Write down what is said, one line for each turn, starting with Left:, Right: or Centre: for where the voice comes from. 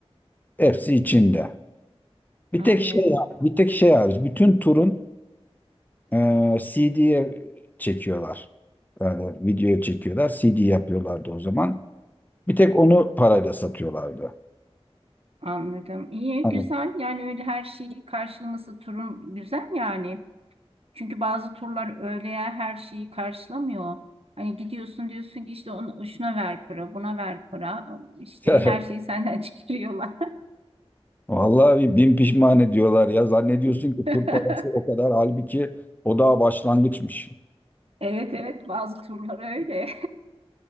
Left: Hepsi içinde. Bir
Right: Anlıyorum.
Left: tek şey bir tek şey hariç. Bütün turun e, CD'ye çekiyorlar. Yani videoya çekiyorlar. CD yapıyorlardı o zaman. Bir tek onu parayla satıyorlardı.
Right: Anladım. İyi,
Left: Hani,
Right: güzel. Yani öyle her şeyi karşılaması turun güzel yani. Çünkü bazı turlar öyle ya, her şeyi karşılamıyor. Hani gidiyorsun diyorsun ki işte ona, şuna ver para, buna ver para. İşte
Left: <laughs>
Right: her şeyi senden <laughs> çıkarıyorlar.
Left: Vallahi bir bin pişman ediyorlar ya. Zannediyorsun ki
Right: <laughs>
Left: tur parası o kadar. Halbuki o daha başlangıçmış.
Right: Evet evet bazı turlar öyle.